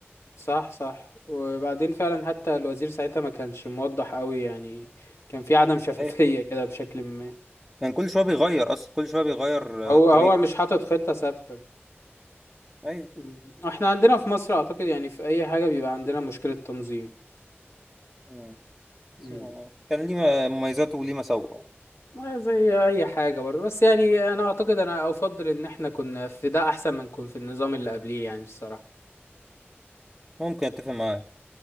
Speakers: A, on the left; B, in the centre.
A: صح صح وبعدين فعلا حتى الوزير ساعتها ما كانش موضح قوي يعني كان في عدم شفافية
B: ايوه
A: كده بشكل ما
B: كان كل شويه بيغير اصلا كل شويه بيغير
A: هو
B: آه، الطريقه
A: هو مش حاطط خطة ثابتة
B: ايوه
A: مم. احنا عندنا في مصر اعتقد يعني في اي حاجة بيبقى عندنا مشكلة تنظيم
B: مم.
A: مم.
B: بس هو كان ليه مميزاته وليه مساوئه
A: ما زي اي حاجة برضه بس يعني انا اعتقد انا افضل ان احنا كنا في ده احسن ما نكون في النظام اللي قبليه يعني الصراحة
B: ممكن اتفق معاك